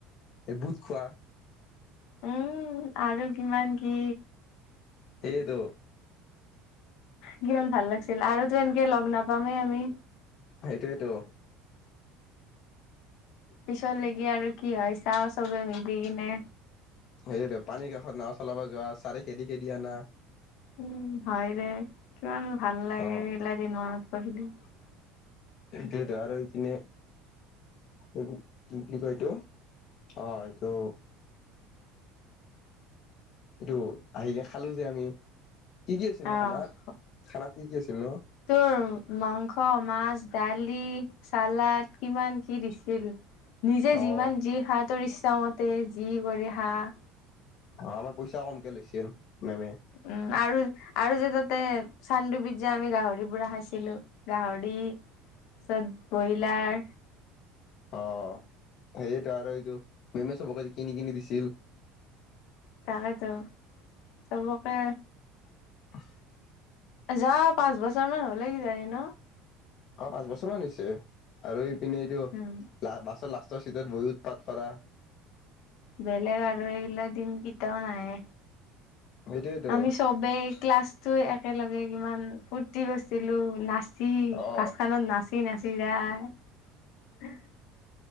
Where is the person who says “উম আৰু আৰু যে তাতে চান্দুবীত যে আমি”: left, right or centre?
Left